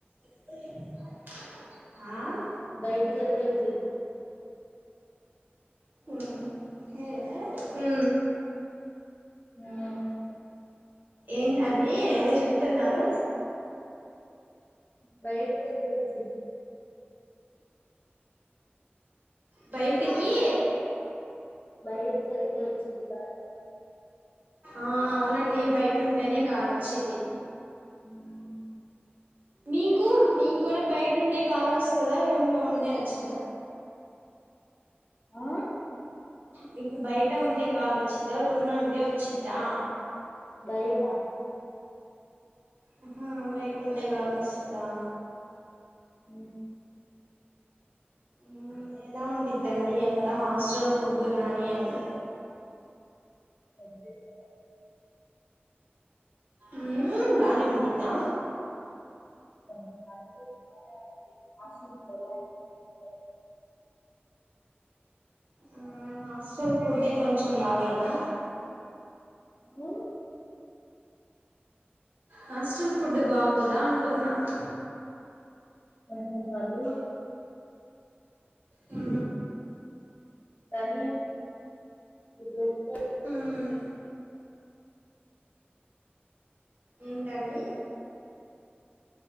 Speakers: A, on the right (about 55°); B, on the left (about 45°).
A: అది ఆట ఆ
B: బయటికెళ్తే వచ్చిద్ది
A: ఊ ఏ హూ
B: ఆ
A: ఏంటండీ ఏదో జెప్తున్నారు
B: బయటకెళ్తే వొచ్చిద్ది
A: బయిటికీ
B: బాయట్కెళ్తే వచ్చిద్ది గాలి
A: ఆ అవునండి బయటుంటేనే గాలొచ్చిద్ది
B: ఉమ్ అ
A: మీకు మీక్కూడా బయటుంటే గాలొస్తదా రూమ్ లో ఉంటే వచ్చిద్దా
B: ఆ
A: మికు బయట ఉంటే గాలొచ్చిద్దా రూమ్ లో ఉంటే ఒచ్చిద్దా
B: బైటా
A: అహా బయటుంటే గాలొస్తదా
B: ఉ
A: ఊ ఎలా ఉండిద్దండీ అక్కడ హాస్టల్ ఫుడ్డు గాని అవి
B: అద్దీస్కపోను
A: ఉమ్మ్ బానే ఉండిద్దా
B: కొంచం పర్లేదు బానే ఉండిద్ది హాస్టల్ ఫుడ్ ఎలా ఉండిద్దో తెల్సు గా
A: ఆ హాస్టల్ ఫుడ్డే కొంచం బాగోదా
B: ఆ
A: హస్టల్ ఫుడ్డు బాగోదా అంటున్నా అహ్
B: కొచం పర్లా
A: ఆ
B: తానీ ఉపో
A: ఉమ్మ్ ఏంటండి